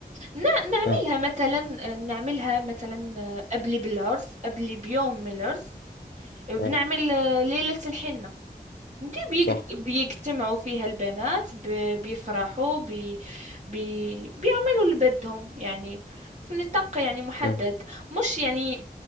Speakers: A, on the right; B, on the left.
A: ن- نعملها
B: اه
A: مثلا نعملها مثلا قبل بالعرس قبل بيوم من العرس بنعمل
B: اه
A: آه، ليلة الحنة دي بيجت-
B: صح
A: بيجتمعوا فيها البنات ب- بيفرحوا بي بي بيعملوا اللي بدهم يعني في نطاق يعني محدد
B: اه
A: مش يعني